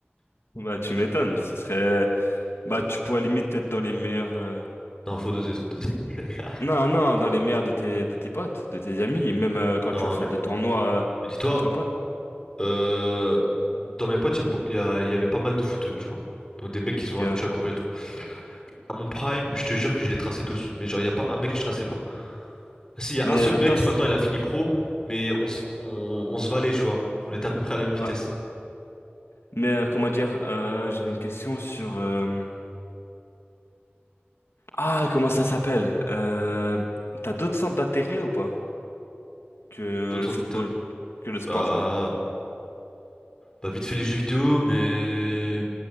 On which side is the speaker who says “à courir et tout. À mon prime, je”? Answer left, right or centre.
Left